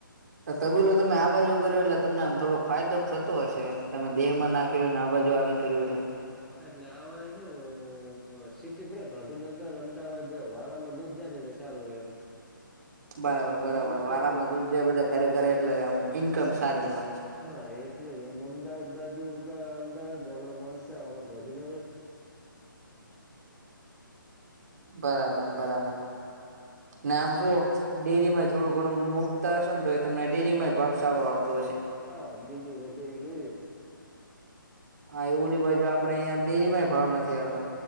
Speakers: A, on the right (about 50°); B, in the centre.
A: તબીલો, તમે આ બાજુ કર્યો, એટલે તમને આમ થોડોક ફાયદો જ થતો હશે, તમે દેહમાં નાખ્યું. ના બાજુ આવીને કર્યું એટલે.
B: હા, એટલે આ શું સિટી પડે, ગાંધીનગર-અમદાવાદ વારમાં દૂધ જાય ને રશે. ચાલું એમ.
A: બરાબર,
B: હમણાં
A: બરાબર,
B: મોનસા
A: વારામાં
B: રે
A: દૂધ જાય, બધા ખરેખરે એટલે ઈન્કમ
B: હા
A: સારી હ.
B: હા, એટલે જ આમ અમદાવાદ બાજુમાં, અમદાવાદ હમણાં માનસા હમણાં ગંધીનગર.
A: બરાબર, બરાબર. ને આમ શું ડેરી માંય થોડું ઘણું મુકતા હશે ને, તો એ તમને ડેરી માંય ભાવ સારો આવ તો.
B: હા, બીજું બધું એ દે.
A: હા, એવલી બાજુ આપડે અહિયાં ડેરી માંય ભાવ નથી આવતો.